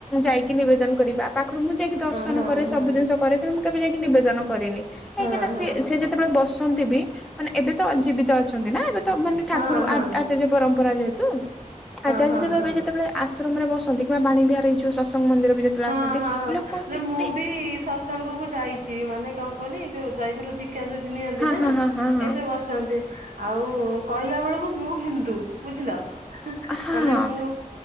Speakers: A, in the centre; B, on the right.
A: ଯାଇକି ନିବେଦନ କରି ବା ପାଖରୁ ମୁଁ ଯାଇକି ଦର୍ଶନ
B: ହଁ
A: କରେ ସବୁ
B: ହଁ
A: ଜିନିଷ କରେ କିନ୍ତୁ ମୁଁ କେବେ ଯାଇକି ନିବେଦନ କରିନି କାହିଁକିନା
B: ହଁ ହଁ
A: ସିଏ ସେ ଯେତେବେଳେ ବସନ୍ତି ବି ମାନେ ଏବେ ତ ଜୀବିତ ଅଛନ୍ତି ନା ଏବେ ତ ମାନେ
B: ହଁ
A: ଠାକୁର
B: ହଁ ହଁ
A: ଆ ଆଚାର୍ଯ୍ୟ ପରମ୍ପରା ଯେହେତୁ ଆଚାର୍ଯ୍ୟ
B: ହଁ ହଁ
A: ଦେବ ଭବେ
B: ହଁ
A: ଯେତେବେଳେ ଆଶ୍ରମରେ ବସନ୍ତି କିମ୍ବା ବାଣୀ ବିହାର ଏଇ ଯୋଉ ସତସଙ୍ଗ ମନ୍ଦିର ବି ଯେତେବେଳେ
B: ହଁ
A: ଆସନ୍ତି।
B: ହଁ ରେ
A: କେତେ
B: ମୁଁ ବି ସତସଙ୍ଗ କୁ ଯାଇଛି ମାନେ କଣ କୁହନି ଯୋଉ ଜୟଗୁରୁ ଦି କ୍ଷା ଯୋଉ ଦି ନିଅନ୍ତି
A: ହଁ
B: ନାଁ
A: ହଁ ହଁ ହଁ ହଁ
B: ଏଇସବୁ ବସନ୍ତି ଆଉ କହିଲା ବେଳକୁ ମୁଁ ହିନ୍ଦୁ। ବୁଝିଲ
A: ହଁ
B: ମାନେ
A: ହଁ
B: ମୁଁ